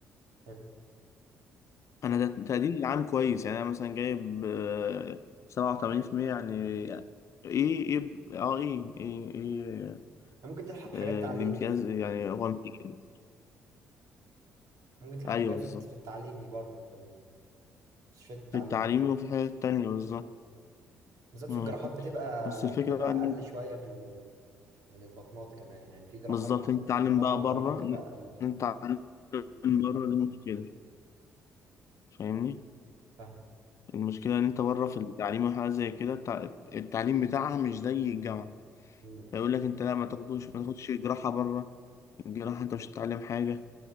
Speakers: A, on the right; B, on the left.
A: حلو
B: انا ده- تقديري العام كويس يعني انا مثلا جايب آه، 87% يعني ايه ايه اه ايه ايه, إيه
A: ممكن تلحق حاجات
B: آه،
A: تعليمي
B: الامتياز يعني هو امتياز
A: ممكن يطلع
B: ايوه
A: حاجات
B: بالظبط
A: في في التعليمي بره في المستشفيات التعليمي
B: في التعليم وفي حاجات تانية بالظبط
A: بالذات
B: مم.
A: في الجراحات بتبقى
B: بس الفكرة
A: بتبقى
B: بقى إن
A: أقل شوية في ال... من البطنات كمان يعني في جراحات
B: بالظبط إن تتعلم
A: معظم
B: بقى
A: الجراحات
B: بره
A: تبقى
B: إن
A: أقل
B: إن تتعلم بره دي مشكلة فاهمني؟
A: فاهم
B: المشكلة إن أنت بره في التعليم وحاجة زي كده التع- التعليم بتاعها مش زي الجامعة
A: مم.
B: فيقول لك أنت لا ما تاخدوش ما تاخدش جراحة بره الجراحة أنت مش هتتعلم حاجة